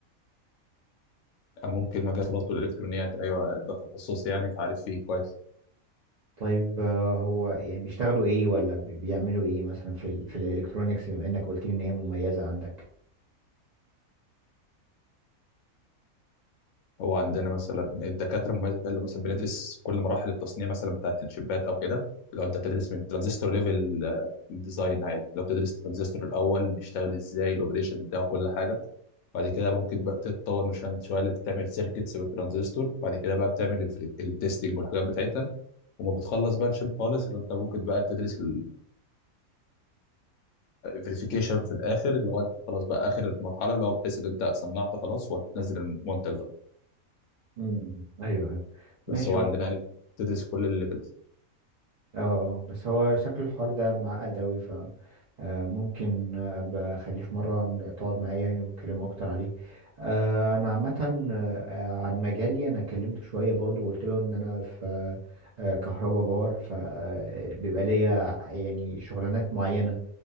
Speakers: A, on the left (about 65°); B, on the right (about 55°).
A: ممكن مجال الاتصالات والالكترونيات ايوه ده تخصصي يعني فعارف فيه كويس
B: طيب آه، هو يعني بيشتغلوا ايه ولا بي- بيعملوا ايه مثلا في ال في الالكترونيكس بما انك قلت لي ان هي مميزة عندك
A: هو عندنا مثلا الدكاتره المميزه اللي مثلا بندرس كل مراحل التصنيع مثلا بتاعت الشيبات او كده لو انت بتدرس من ترانزستور ليفل الديزاين عادي لو بتدرس الترانزستور الاول بيشتغل ازاي الاوبريشن بتاعه كل حاجه بعد كده ممكن بقى تتطور من شويه شوية اللي انت تعمل سيركتس بالترانزستور وبعد كده بقى بتعمل التستنج والحاجات بتاعتها وما بتخلص بقى الشيب خالص اللي انت ممكن بقى تدرس الفيريفيكيشن في الاخر اللي هو انت خلاص بقى اخر المرحله اللي هو بحيث ان انت صنعت خلاص وهتنزل المنتج بقى
B: امم ايوه أيوة. ماشي
A: بس هو
B: هو
A: عندنا يعني بتدرس كل الليفلز
B: اه آه، بس هو شكل الحوار ده معقد اوي ف آه، ممكن آه، بخليه في مرة تقعد معايا يعني وتكلموا أكتر عليه آه، أنا عامة آه، عن مجالي أنا كلمته شوية برضو وقلت له إن أنا في كهرباء باور فبيبقى ليا يعني شغلانات معينة